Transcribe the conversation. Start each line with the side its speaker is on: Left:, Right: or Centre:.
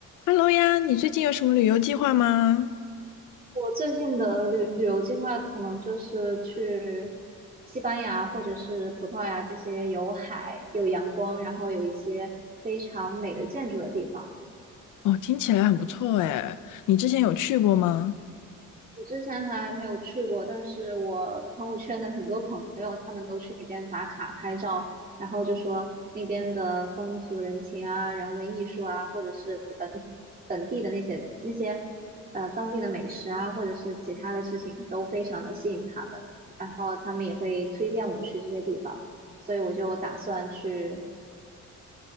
Left: Hello 呀，你最近有什么旅游计划吗？
Right: 我最近的旅旅游计划可能就是去西班牙或者是葡萄牙这些有海、有阳光，然后有一些非常美的建筑的地方。
Left: 哦，听起来很不错哎，你之前有去过吗？
Right: 我之前还没有去过，但是我朋友圈的很多朋友，他们都去那边打卡拍照，然后就说那边的风土人情啊、人文艺术啊，或者是本本地的那些那些呃当地的美食啊，或者是其他的事情，都非常的吸引他们，然后他们也会推荐我去这些地方，所以我就打算去